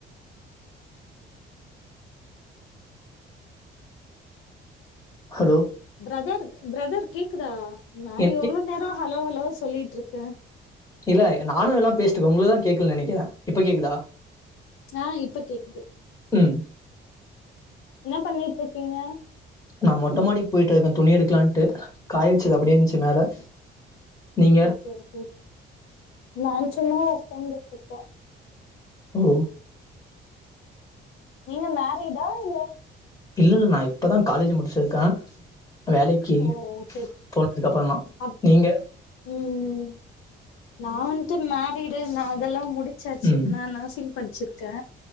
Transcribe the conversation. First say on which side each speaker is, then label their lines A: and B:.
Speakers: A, on the left (about 15°); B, on the left (about 80°).
A: hello
B: brother brother கேக்குதா நா
A: எனக்கு
B: எவ்ளோ நேரோ ஹலோ ஹலோ சொல்லிட்ருக்கே
A: இல்ல நானுல்லா பேஸ்ட்டுக்க உங்களுக்குதா கேக்கலன் நெனைக்கத இப்ப கேக்குதா
B: ஆ இப்ப கேக்குது
A: ம்
B: என்ன பண்ணிட்ருக்கீங்க
A: நா மொட்ட மாடிக் போயிட்ருக்கே துணி எடுக்கலான்ட்டு காய வச்சது அப்டே இருந்துச்சு மேல நீங்க
B: ஓகே ஓகே நான் சும்மா ஒக்காந்துட்ருக்கே
A: ஒ
B: நீங்க மேரீடா இல்ல
A: இல்லல்ல நா இப்பதா காலேஜ் முடிச்சிருக்கே வேலைக்கு
B: ஓ ஓகே ஓகே
A: போனதுக்கு அப்புறதான்
B: அப்
A: நீங்க
B: ம் நா வன்ட்டு மேரிடு நா அதெல்லா முடி ச்சாச்சு
A: ம்
B: நா நர்சிங் படிச்சிருக்கே